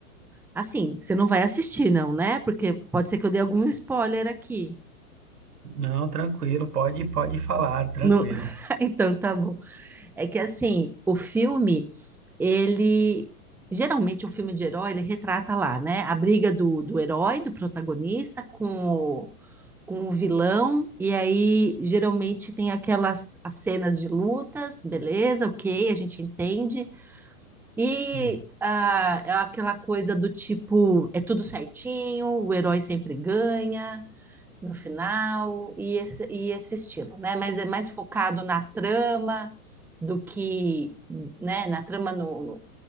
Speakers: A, in the centre; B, on the right.
A: assim, você não vai assistir, não, né? Porque pode ser que eu dê algum spoiler aqui.
B: Não, tranquilo, pode, pode falar, tranquilo.
A: No- <laughs> Então tá bom. É que, assim, o filme, ele. Geralmente, o filme de herói, ele retrata lá, né? A briga do, do herói, do protagonista, com com o vilão, e aí geralmente tem aquelas as cenas de lutas, beleza, ok, a gente entende, e
B: Sim,
A: ah, é aquela coisa do tipo, é tudo certinho, o herói sempre ganha no final, e esse, e esse estilo, né? Mas é mais focado na trama do que, né, na trama no, no-